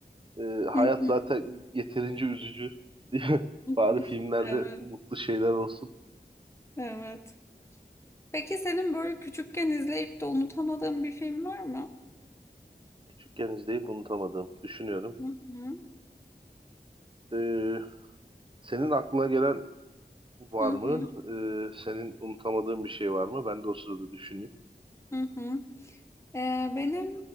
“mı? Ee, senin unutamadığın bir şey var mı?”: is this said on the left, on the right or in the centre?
Right